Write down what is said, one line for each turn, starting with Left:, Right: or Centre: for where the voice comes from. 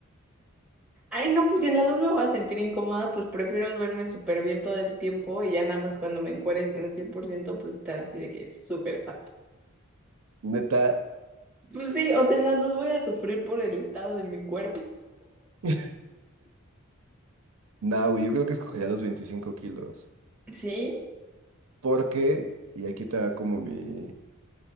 Centre: Ay, no, pues si en las dos me voy a sentir incómoda, pues prefiero verme súper bien todo el tiempo y ya nada más cuando me encueres en el 100%, pues estar así de que es súper fat.
Right: Neta.
Centre: Pues sí, o sea, en las dos voy a sufrir por el estado de mi cuerpo.
Right: <laughs> No, güey, yo creo que escogería los 25 kilos.
Centre: <laughs> ¿Sí?
Right: Porque, y aquí te va como mi,